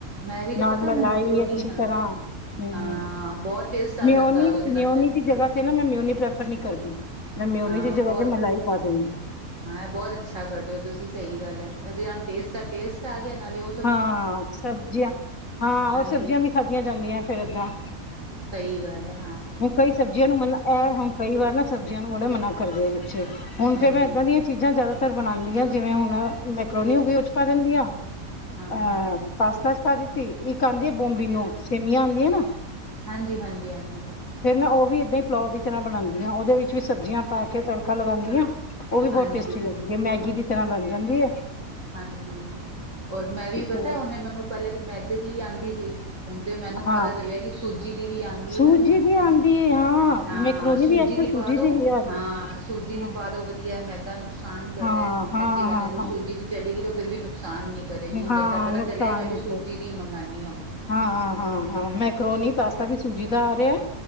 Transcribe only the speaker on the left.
ਨਾਲ
ਮਲਾਈ
ਅੱਛੀ
ਤਰਾਂ। ਹੂੰ
ਮੇਓਨੀ-ਮੇਓਨੀ
ਦੀ
ਜਗਾ ਤੇ ਤੇ ਨਾ ਮੈਂ ਮਿਉਨੀ ਪ੍ਰੈਫਰ ਨੀ ਕਰਦੀ, ਮੈਂ ਮਿਓਨੀ
ਦੀ ਜਗ੍ਹਾ
ਤੇ ਮਲਾਈ ਪਾ ਦੇਨੀ ਆ।
ਹਾਂ ਸਬਜ਼ੀਆਂ, ਹਾਂ
ਓ ਸਬਜ਼ੀਆਂ ਵੀ ਖਾਦੀਆਂ ਜਾਂਦੀਆਂ ਫੇਰ ਏਦਾਂ।
ਹੁਨ ਕਈ ਸਬਜ਼ੀਆਂ ਨੂੰ ਮੰਨ ਐ ਹੁਨ ਕਈ ਵਾਰ ਨਾ ਸਬਜ਼ੀਆਂ ਨੂੰ ਬੜਾ ਮਨਾ ਕਰਦੇ ਆ ਬੱਚੇ ਹੁਨ
ਫੇਰ ਮੈਂ ਏਦਾਂ ਦੀਆਂ
ਚੀਜ਼ਾਂ ਜਾਦਾ ਤਰ ਬਨਾਦੀ ਆਂ ਜਿਵੇਂ ਹੁਨ ਮੈਕਰੋਨੀ ਹੋਗੀ ਉ ਚ ਪਾ ਦਿੰਦੀ ਆਂ ਅ
ਪਾਸਤਾ ਚ ਪਾਂ ਦਿੱਤੀ, ਇੱਕ ਆਂਦੀ ਆ ਬੋਬੀਨੌ ਸੇਵੀਆਂ ਆਦੀਆਂ ਨਾ।
ਫੇਰ ਮੈਂ ਓ ਵੀ ਏਦਾਂ ਈ ਪਲੋ ਦੀ ਤਰ੍ਹਾਂ ਬਣਾਦੀ ਆ, ਓਦੇ ਵਿੱਚ ਵੀ ਸਬਜ਼ੀਆਂ ਪਾ ਕੇ ਤੜਕਾ ਲਗਾਂਦੀ ਆ। ਓ ਵੀ
ਬੋਤ ਟੇਸਟੀ ਲੱਗਦੀ ਐ, ਮੈਗੀ ਦੀ ਤਰ੍ਹਾਂ ਬਨ ਜਾਂਦੀ ਐ।
ਤੇ
ਹਾਂ
ਸੂਜੀ
ਦੀ ਆਉਂਦੀ
ਹੈ ਹਾਂ
ਮੈਕਰੋਨੀ
ਵੀ ਅੱਜ ਕੱਲ
ਹੀ ਆ ਰਹੀ
ਹੈ
ਹਾਂ
ਹਾਂ
ਹਾਂ
ਹਾਂ
ਹਾਂ
ਹਾਂ
ਨੁਕਸਾਨ
ਨਹੀਂ
ਕਰਦੀ
ਹਾਂ, ਹਾਂ, ਹਾਂ, ਹਾਂ ਮੈਕਰੋਨੀ ਪਾਸਤਾ ਵੀ ਸੂਜੀ ਦਾ ਆ ਰਿਆ ਐ।